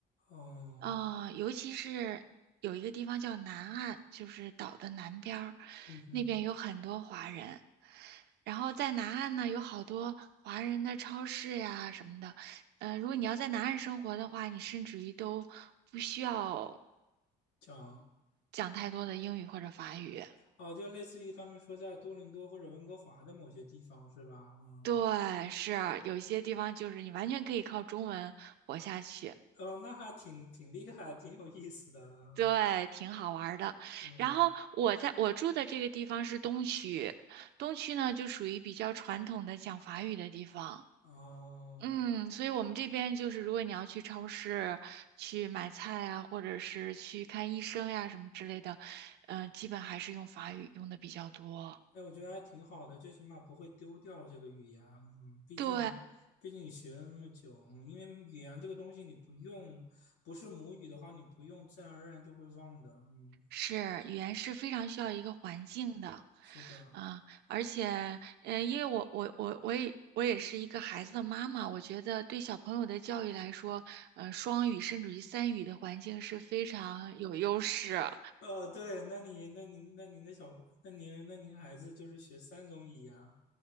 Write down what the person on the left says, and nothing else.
哦，
嗯哼，
讲，
哦，就类似于他们说在多伦多或者温哥华的某些地方是吧？嗯，
哦，那还挺挺厉害，挺有意思的，
嗯，
嗯，哦，
哎，我觉得还挺好的，最起码不会丢掉这个语言，嗯，毕竟你，
毕竟你学了那么久，嗯因为语言这个东西你不用，不是母语的话，你不用，自然而然就会忘的，嗯，
是的。
哦，对，那你、那你、那您的小朋，那您、那您孩子就是学三种语言啊